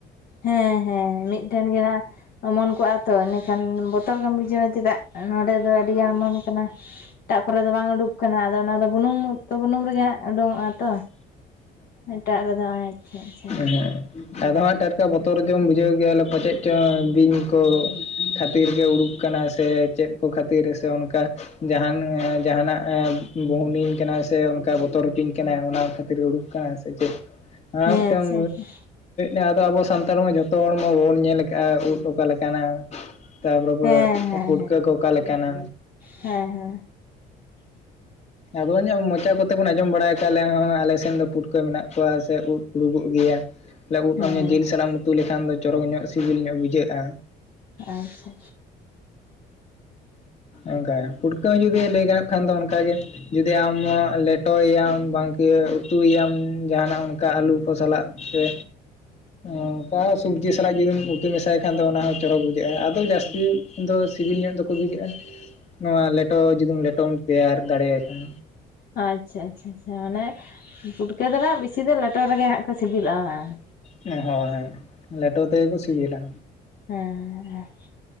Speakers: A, on the left (about 60°); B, on the left (about 40°).
A: ᱦᱮᱸ ᱦᱮᱸ ᱢᱤᱫᱴᱷᱮᱱ ᱜᱮ ᱦᱟᱸᱜ ᱚᱢᱚᱱ ᱠᱚᱜ-ᱟ ᱛᱚ ᱤᱱᱟᱹᱠᱷᱟᱱ ᱵᱚᱛᱚᱨ ᱜᱮᱢ ᱵᱩᱡᱷᱟᱹᱣᱟ ᱪᱮᱫᱟᱜ ᱱᱚᱰᱮ ᱫᱚ ᱟᱹᱰᱤ ᱜᱟᱱ ᱚᱢᱚᱱ ᱠᱟᱱᱟ ᱮᱴᱟᱜ ᱠᱚᱨᱮ ᱫᱚ ᱵᱟᱝ ᱩᱰᱩᱠ- ᱠᱟᱱᱟ ᱟᱫᱚ ᱚᱱᱟ ᱫᱚ ᱵᱩᱱᱩᱢ ᱩᱫ ᱵᱩᱱᱩᱢ ᱨᱮᱜᱮ ᱦᱟᱸᱜ ᱩᱰᱩᱠᱚᱜ-ᱟ ᱛᱚ ᱮᱴᱟᱜ ᱨᱮᱫᱚ ᱟᱪᱪᱷᱟ ᱟᱪᱪᱷᱟ
B: ᱮ ᱦᱮᱸ ᱟᱫᱚ ᱦᱟᱸᱜ ᱴᱟᱴᱠᱟ ᱵᱚᱛᱚᱨ ᱜᱮᱢ ᱵᱩᱡᱷᱟᱹᱣ ᱜᱮᱭᱟᱞᱮ ᱯᱟᱪᱮᱪ ᱪᱚ ᱵᱤᱧ ᱠᱚ ᱠᱷᱟᱹᱛᱤᱨ ᱜᱮ ᱩᱰᱩᱠ ᱟᱠᱟᱱᱟ ᱥᱮ ᱪᱮᱫ ᱠᱚ ᱠᱷᱟᱹᱛᱤᱨ ᱥᱮ ᱩᱱᱠᱟ, ᱡᱟᱦᱟᱱ ᱡᱟᱦᱟᱱᱟᱜ ᱮ ᱵᱩᱦᱩᱱᱤᱧ ᱠᱟᱱᱟ ᱥᱮ ᱚᱱᱠᱟ ᱵᱚᱛᱚᱨ ᱦᱚᱪᱚᱧ ᱠᱟᱱᱟ ᱚᱱᱟ ᱠᱷᱟᱹᱛᱤᱨ ᱦᱩᱲᱩᱯ? ᱠᱟᱱᱟ ᱥᱮ ᱪᱮᱫ
A: <inaudible>
B: ᱟᱨ ᱢᱤᱫᱴᱟᱝ
A: ᱟᱪᱪᱷᱟ ᱟᱪᱪᱷᱟ
B: <inaudible> ᱟᱫᱚ ᱟᱵᱚ ᱥᱟᱱᱛᱟᱲ ᱢᱟ ᱡᱷᱚᱛᱚ ᱦᱚᱲ ᱢᱟᱵᱚᱱ ᱧᱮᱞ ᱟᱠᱟᱜ-ᱟ ᱩᱫ ᱚᱠᱟ ᱞᱮ ᱠᱟᱱᱟ? ᱛᱟᱯᱚᱨᱮ
A: ᱦᱮᱸ ᱦᱮᱸ
B: ᱯᱩᱴᱠᱟᱹ ᱠᱚ ᱚᱠᱟ ᱞᱮᱠᱟᱱᱟ
A: ᱦᱮᱸ ᱦᱮᱸ <inaudible>
B: ᱟᱵᱚ ᱢᱚᱪᱟ ᱠᱚᱛᱮ ᱵᱚᱱ ᱟᱸᱡᱚᱢ ᱵᱟᱲᱟᱭ ᱟᱠᱟᱫ ᱟᱞᱮ ᱦᱚᱸ ᱟᱞᱮ ᱥᱮᱱ ᱫᱚ ᱯᱩᱴᱠᱟᱹ ᱢᱮᱱᱟᱜ ᱠᱚᱣᱟ ᱥᱮ ᱩᱫ ᱩᱰᱩᱠᱚᱜ ᱜᱮᱭᱟ, ᱩᱫ
A: ᱦᱮᱸ ᱦᱮᱸ
B: ᱟᱢ ᱡᱤᱞ ᱥᱟᱞᱟᱜ ᱮᱢ ᱩᱛᱩ ᱞᱮᱠᱷᱟᱱ ᱫᱚ ᱪᱚᱨᱚᱠ ᱧᱚᱜ ᱥᱤᱵᱤᱞ ᱧᱚᱜ ᱵᱷᱩᱡᱷᱟᱹᱜ-ᱟ᱾
A: ᱟᱪᱪᱷᱟ
B: ᱚᱱᱠᱟ ᱯᱷᱩᱴᱠᱟᱹ ᱦᱚᱸ ᱡᱩᱫᱤ ᱞᱟᱹᱭ ᱜᱟᱱᱚᱜ ᱠᱷᱟᱱ ᱫᱚ ᱚᱱᱠᱟ ᱜᱮ, ᱡᱩᱫᱤ ᱟᱢ ᱞᱮᱴᱚᱭᱟᱢ ᱵᱟᱝᱠᱤ ᱩᱛᱩᱭᱟᱢ ᱡᱟᱦᱟᱱᱟᱜ ᱚᱱᱠᱟ ᱟᱞᱩ ᱠᱚ ᱥᱟᱞᱟᱜ ᱥᱮ ᱚᱱᱠᱟ ᱥᱚᱵᱽᱡᱤ ᱥᱟᱞᱟᱜ ᱡᱩᱫᱤᱢ ᱩᱛᱩ ᱢᱮᱥᱟᱭ ᱠᱷᱟᱱ ᱫᱚ ᱚᱱᱟ ᱦᱚᱸ ᱪᱚᱨᱚᱠ ᱵᱩᱡᱷᱟᱹᱜ-ᱟ ᱟᱫᱚ ᱡᱟᱹᱥᱛᱤ ᱩᱱᱫᱚ ᱥᱤᱵᱤᱞ ᱧᱚᱜ ᱫᱚᱠᱚ ᱵᱩᱡᱷᱟᱹᱜ-ᱟ ᱱᱚᱣᱟ ᱞᱮᱴᱚ ᱡᱩᱫᱤᱢ ᱞᱮᱴᱚᱢ ᱛᱮᱭᱟᱨ ᱫᱟᱲᱮᱭᱟᱭ ᱠᱷᱟᱱ,
A: ᱟᱪᱪᱷᱟ ᱟᱪᱪᱷᱟ ᱢᱟᱱᱮ ᱯᱩᱴᱠᱟᱹ ᱫᱚ ᱦᱟᱸᱜ ᱵᱮᱥᱤ ᱫᱚ ᱞᱮᱴᱚ ᱨᱮᱜᱮ ᱦᱟᱸᱜ ᱠᱚ ᱥᱤᱵᱤᱞᱚᱜ-ᱟ ᱦᱟᱸᱜ,
B: ᱦᱮᱸ ᱦᱳ ᱦᱮᱸ ᱞᱮᱴᱚ ᱛᱮᱜᱮ ᱠᱚ ᱥᱤᱵᱤᱞᱟ,
A: ᱦᱮᱸ ᱦᱮᱸ